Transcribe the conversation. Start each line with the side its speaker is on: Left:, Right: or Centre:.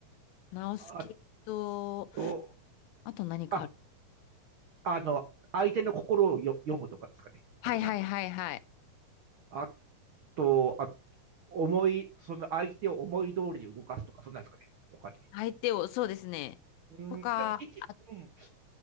Left: 直す系と、
Right: あと、
Left: あと何かある。
Right: あ、あの、相手の心をよ読むとかですかね。
Left: はいはいはいはい。
Right: あと、なんか、あと、あ、思い、その相手を思い通りに動かすとか、そんなんですかね。他に。
Left: 相手を、そうですね。
Right: うん、
Left: とか、
Right: でも一、
Left: あ、
Right: うん、